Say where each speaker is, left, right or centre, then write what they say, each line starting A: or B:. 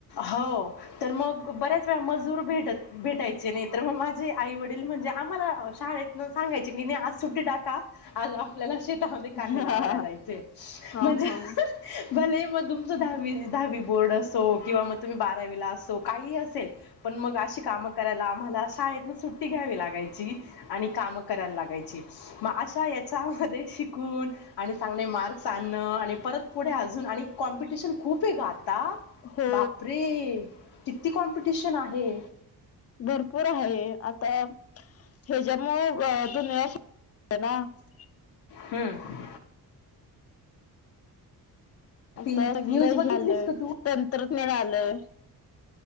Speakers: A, on the left; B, on the left.
A: हो तर मग बऱ्याच वेळा मजूर भेटत भेटायचे नाही तर मग माझे आई वडील म्हणजे आम्हाला शाळेत न सांगायचे की नाही आज सुट्टी टाका आज आपल्याला शेत शेता कांदे
B: हा
A: लावायला जायचे
B: हा
A: म्हणजे भले मग तुमचं दहावी दहावी बोर्ड असो किंवा मग तुम्ही बारावीला असो काही असेल पण मग अशी कामं करायला आम्हाला शाळेतन सुट्टी घ्यावी लागायची आणि काम करायला लागायची मग अशा याच्यामध्ये शिकून आणि चांगले मार्क्स आणणं आणि परत पुढे अजून आणि कॉम्पिटिशन खूप खूप ये ग आता
B: हो
A: बापरे किती कॉम्पिटिशन आहे
B: भरपूर आहे आता हेज्या मुळ अ दुनिया <inaudible>
A: हम्म
B: आता
A: ती
B: सग
A: न्यूज बघितलीस
B: झालं
A: का तू
B: तंत्रज्ञ आलंय